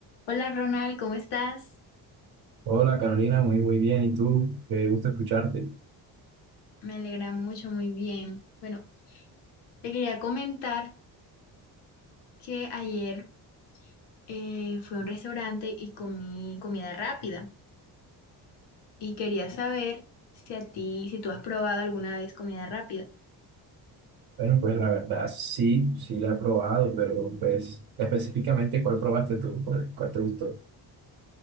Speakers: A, on the left (about 80°); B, on the right (about 60°).
A: Hola Ronald, ¿cómo estás?
B: Hola Carolina, muy muy bien. ¿Y tú? Qué gusto escucharte.
A: Me alegra mucho, muy bien. Bueno, te quería comentar que ayer eh, fui a un restaurante y comí comida rápida y quería saber si a ti, si tú has probado alguna vez comida rápida.
B: Bueno, pues la verdad sí, sí la he probado, pero pues específicamente ¿cuál probaste tú? ¿Cuál, cuál te gustó?